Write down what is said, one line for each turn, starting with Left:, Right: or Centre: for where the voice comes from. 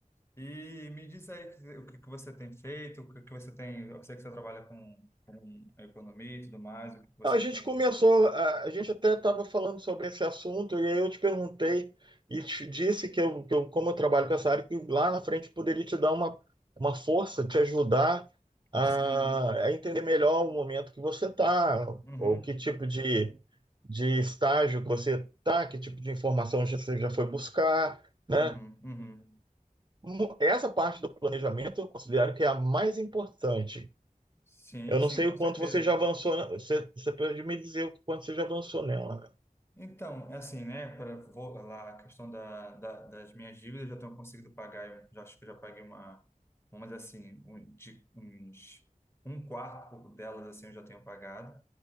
Left: E me diz aí que- o que que você tem feito, o que que você tem. Eu sei que você trabalha com, com economia e tudo mais, o que que você
Right: A gente
Left: tem.
Right: começou, a, a gente até estava falando sobre esse assunto, e aí eu te perguntei e te disse que eu, que eu, como eu trabalho com essa área, que lá na frente poderia te dar uma, uma força, te ajudar a,
Left: Sim.
Right: a entender melhor o momento que você está,
Left: Uhum.
Right: ou que tipo de, de estágio que você está, que tipo de informação já- você já foi buscar, né?
Left: Uhum. Uhum.
Right: Mu- Essa parte do planejamento eu considero que é a mais importante
Left: Sim,
Right: eu não
Left: sim,
Right: sei
Left: com
Right: o
Left: certeza.
Right: quanto você já avançou. na- Você, você pode me dizer o quanto você já avançou nela. né?
Left: Então, é assim, né? Para lá a questão da, da- das minhas dívidas, eu já tenho conseguido pagar. Eu já acho que eu já paguei uma, umas assim, um, de, uns um quarto delas assim, eu já tenho pagado.